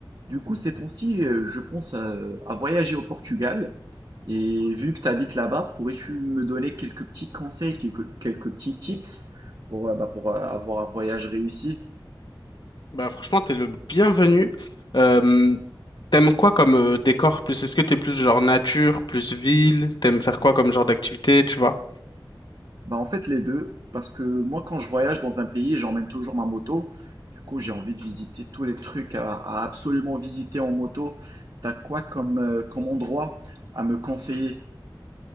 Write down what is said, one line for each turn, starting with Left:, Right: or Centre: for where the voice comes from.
Right: Du coup, ces temps-ci, euh, je pense à, à voyager au Portugal. Et vu que tu habites là-bas, pourrais-tu me donner quelques petits conseils, quelques, quelques petits tips pour, euh, bah, pour euh, avoir un voyage réussi?
Left: Bah franchement, t'es le bienvenu. Euh, t'aimes quoi comme euh, décor plus? Est-ce que t'es plus genre nature, plus ville? T'aimes faire quoi comme genre d'activité, tu vois?
Right: Bah, en fait, les deux. Parce que moi, quand je voyage dans un pays, j'emmène toujours ma moto. Du coup, j'ai envie de visiter tous les trucs à, à absolument visiter en moto. T'as quoi comme, euh, comme endroit à me conseiller?